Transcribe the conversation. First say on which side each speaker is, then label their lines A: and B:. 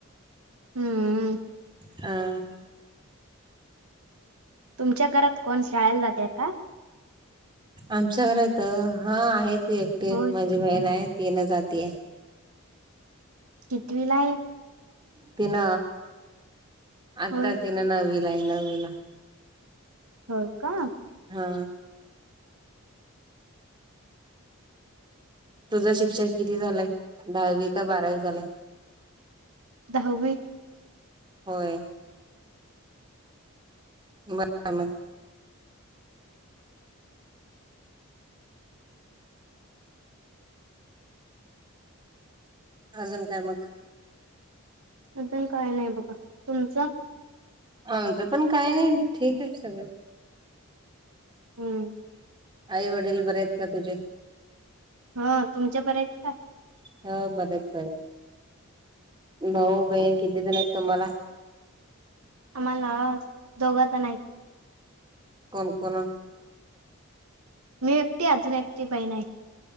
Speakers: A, on the right (about 85°); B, on the right (about 20°).
A: हम्म
B: हा
A: तुमच्या घरात कोण शाळाला जाते का
B: आमच्या घरात हा आहे ती एकटी
A: होय
B: माझी बहीण आहे ती येन जातीय
A: कितवीला हाय
B: तिन आता
A: होय
B: तिनं नववीलाय नव्वीला
A: हो का
B: हा
A: <inaudible>
B: तुझं शिक्षण किती झालंय दहावी का बारावी झालंय
A: दहावी
B: होय <inaudible> अजून काय मग
A: मल काय नाही बघा तुमचं
B: आमचं पण काय नाही ठीक आहे सगळं
A: हम्म
B: आई वडील बरे आहेत का तुझे
A: ह तुमचे बरे आहेत का
B: हो बरे आहेत बरे आहेत भाऊ बहीन
A: का
B: कितीे तुला तुम्हाला
A: आम्हाला दोघजणं आहेत
B: कोण कोण
A: मी एकटी अजून एकटी बहीण आहे